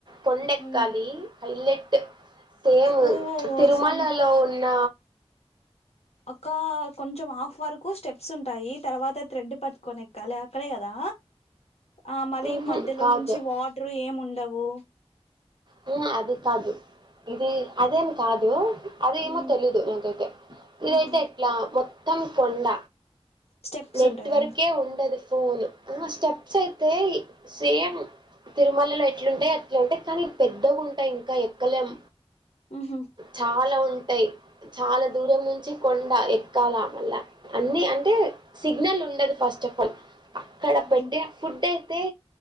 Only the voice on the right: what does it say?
కొండెక్కాలి
హైలెట్ సేమ్
తిరుమలలో
ఉన్న
ఉహు
కాదు
హు అది కాదు ఇది అదే కాధు అదేమో
తెలిదు నాకైతే ఇదైతే
ఎట్లా మే మొత్తం కొండ
నెట్వర్క్
ఉండదు ఫోన్ మా స్టెప్స్ అయితే సేమ్ తిరుమలలో ఎట్లుంటే అట్లాంటే కానీ పెద్ద గూటయి ఇంకా ఎక్కలేం
చాలా ఉ ట చాలా
దూరం నుంచి కొండ ఎక్కాల మల్ల అన్ని అంటే సిగ్నల్ ఉండదు ఫస్ట్ ఆఫ్ ఆల్ అక్కడ
పెట్టిన ఫుడ్ అయి అ